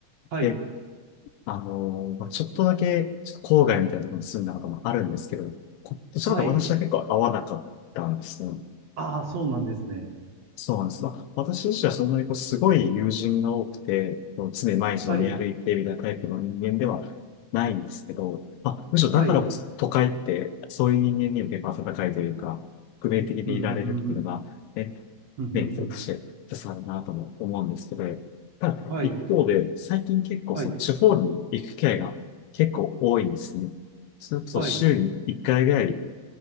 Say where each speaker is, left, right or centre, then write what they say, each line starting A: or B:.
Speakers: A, on the right (about 45°); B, on the left (about 80°).
A: はい、
B: で、あのーまあ、ちょっとだけ、ちょっと郊外みたいなところに住んだこともあるんですけど、こどちらかというと私は結構合わなかったんですね。
A: はい。ああ、そうなんですね。
B: そうなんです。まあ、私自身はそんなにこうすごい友人が多くて、こう常に毎日飲み歩いてみたいなタイプの人間ではないんですけど、
A: はい、
B: まあ、むしろだからこそ都会ってそういう人間にも結構温かいというか、
A: はい。
B: 革命的でいられるっていうのが、
A: うん、うん、うん、
B: ね、
A: うん、
B: メリットとして一つあるなとも思うんですけど、
A: うん、うんうん。
B: ただ一方で最近結構その地方に行く機会が結構多いんですね。
A: はい、はい、
B: それこそ週に1回ぐらい
A: はい。